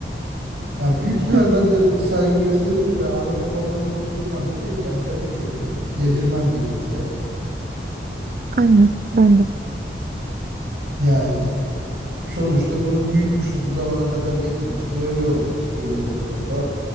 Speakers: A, on the right; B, on the right.
A: Ya büyük ihtimal
B: Evet,
A: ben de saygı gösteririm de ben ana babamdan korktuğumdan da değil. Ben kendi çocuğum. Yedirmem de kimseye.
B: aynen ben de.
A: Yani sonuçta bunu büyütmüşüz, bu zamana kadar getirmişiz. Öyle olmak istiyorum dedi baba.